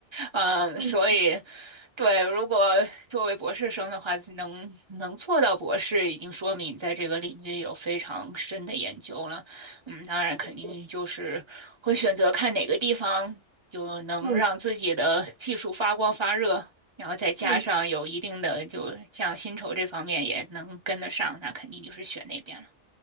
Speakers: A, on the right; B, on the right.
A: 嗯，
B: 嗯，
A: 所以，对，如果作为博士生的话，能能做到博士，已经说明你在这个领域有非常深的研究了。嗯，当然，肯定就是会选择看哪个地方就能让自己的技术发光发热，
B: 是嗯
A: 然后再加上有一定的，
B: 嗯。
A: 就像薪酬这方面也能跟得上，那肯定就是选那边了。